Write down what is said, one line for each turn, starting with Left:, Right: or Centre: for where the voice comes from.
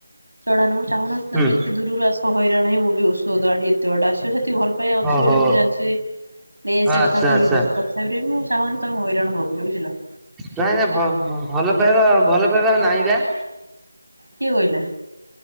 Right: ଚଢା ନୁହ ମୁଁ ଚାହୁଁନଥିଲି
Centre: ହୁଁ
Right: ଏତେ ଦୂରରୁ ଆସ ହଇରାଣ ହେଇ ମୋ ପାଇ ଓଷଧଆଣି ଏତେ ବାଟ ଆସିବ ଏତେ ଭଲ ପାଇବା ଅଛି
Centre: ଓହୋ
Right: ବୋଲି ମୁଁ ଜାଣିଛି ନେଇ ଆସିବା
Centre: ଆଚ୍ଛା
Right: କଥା କହିଲ
Centre: ଆଚ୍ଛା
Right: ତଥାପି ବିରେ ମୁଁ ଚାହୁଁନି ତମେ ହଇରାଣ ହୁଅ ବୋଲି ବୁଝିଲ।
Centre: ନା ନା ଭଲ ପାଇବା ଭଲ ପାଇବା ନାଇଁ ବା।
Right: କିଏ କହିଲା?